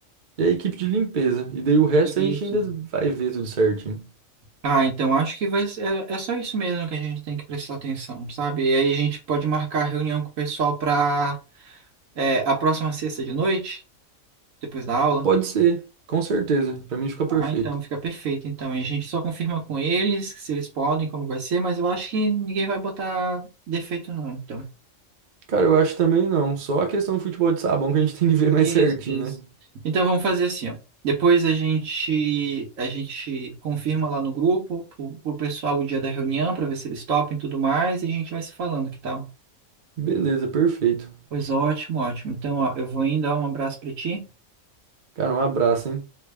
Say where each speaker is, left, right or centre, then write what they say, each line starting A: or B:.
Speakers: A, on the right (about 45°); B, on the right (about 70°).
A: E a equipe de limpeza. E daí o resto
B: isso.
A: a gente ainda vai ver tudo certinho.
B: Ah, então acho que vai ser, é, é só isso mesmo que a gente tem que prestar atenção, sabe? E aí a gente pode marcar reunião com o pessoal para a próxima sexta de noite, depois da aula.
A: Pode ser, com certeza. Pra mim fica perfeito.
B: Ah, então fica perfeito. Então e a gente só confirma com eles se eles podem, como vai ser, mas eu acho que ninguém vai botar defeito não, então.
A: Cara, eu acho também não. Só a questão do futebol de sabão que a gente <laughs> tem que ver mais
B: Isso,
A: certinho,
B: isso.
A: né?
B: Então vamos fazer assim, ó. Depois a gente a gente confirma lá no grupo pro, pro pessoal o dia da reunião para ver se eles topam e tudo mais e a gente vai se falando, que tal?
A: Beleza, perfeito.
B: Pois ótimo, ótimo. Então, ó, eu vou indo, ó, um abraço para ti.
A: Cara, um abraço, hein?